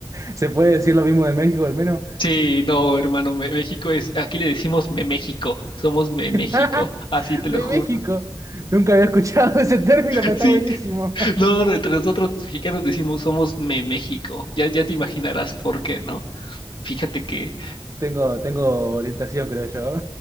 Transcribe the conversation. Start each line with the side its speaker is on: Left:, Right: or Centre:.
Right: ¿Se puede decir lo mismo de México al menos?
Left: Sí, no, hermano, Me- México es, aquí le decimos Me México, somos Me
Right: <laughs>
Left: México, así te lo
Right: De
Left: juro.
Right: México. Nunca había escuchado <laughs> ese término,
Left: <laughs>
Right: pero está
Left: Sí,
Right: buenísimo. <laughs>
Left: no, no, entre nosotros los mexicanos decimos somos Me México, ya, ya te imaginarás por qué, ¿no? Fíjate que
Right: Tengo, tengo orientación, creo yo.